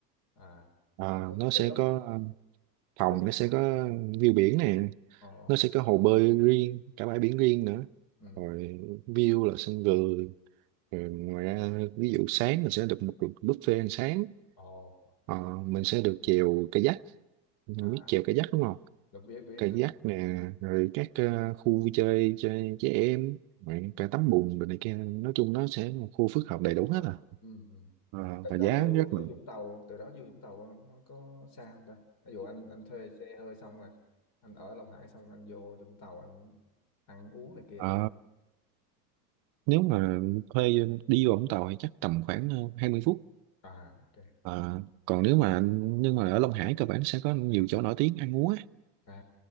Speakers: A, on the left; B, on the right.
A: à
B: à,
A: mà từ,
B: nó
A: từ
B: sẽ
A: lúc
B: có phòng
A: từ lúc
B: nó sẽ
A: à
B: có view biển nè
A: ồ
B: nó sẽ có hồ bơi riêng cả bãi biển riêng nữa
A: ừ
B: rồi view là sân vườn rồi ngoài ra ví dụ sáng mình sẽ được một cuộc buffet ăn sáng
A: ồ ok
B: Ờ, mình sẽ được chèo kayak mình
A: à
B: biết chèo kayak đúng không
A: được biết biết
B: kayak
A: à.
B: nè rồi các ờ, khu vui chơi cho trẻ em rồi cả tắm bùn rồi này kia nói chung nó sẽ là một khu phức hợp đầy đủ
A: Đúng
B: hết
A: rồi.
B: à
A: ừ, ừ.
B: Ờ,
A: từ
B: và
A: đó
B: giá
A: vô vô
B: rất là
A: Vũng Tàu từ đó vô Vũng Tàu nó có xa không ta ví dụ anh anh thuê xe hơi xong rồi anh ở Long Hải xong anh vô Vũng Tàu anh ăn uống này kia
B: ờ,
A: thì
B: nếu mà thuê đi vào Vũng Tàu thì chắc tầm khoảng ờ, 20 phút
A: à ok
B: Ờ, còn nếu mà anh nhưng mà ở Long Hải cơ bản sẽ có nhiều chỗ nổi tiếng ăn uống á
A: à